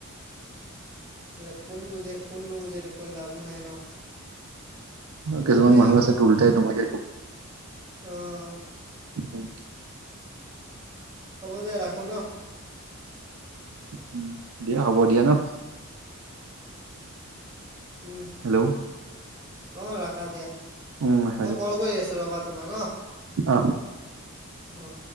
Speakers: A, on the right; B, on the right.
A: যে কোন বুজে কোন নুবুজেটো কৈ লাভো নাই ন'। হ'ব
B: কিছুমান
A: দিয়া।
B: মানুহ আছে উলটাই নোহোৱাকে
A: অ',
B: উম,
A: হ'ব দে ৰাখো ন'
B: উম, দিয়া হ'ব দিয়া ন'।
A: উম,
B: হেল্ল'
A: অ', ৰাখা দিয়া,
B: উম হয়
A: মই
B: দিয়া
A: কল কৰি আছো ৰ'বা তোমাক অ।
B: অ',
A: অ'।